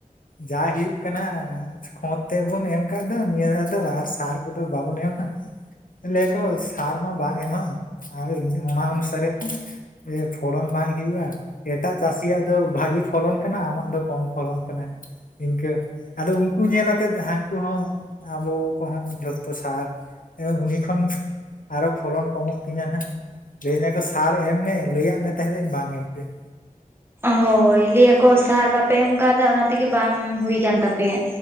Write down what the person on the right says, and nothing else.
ᱦᱳᱭ ᱞᱟᱹᱭ ᱟᱠᱚ ᱥᱟᱨ ᱵᱟᱯᱮ ᱮᱢ ᱠᱟᱣᱫᱟ ᱚᱱᱟ ᱛᱮᱜᱮ ᱵᱟᱝ ᱦᱩᱭ ᱠᱟᱱᱟ ᱛᱟᱯᱮᱭᱟ᱾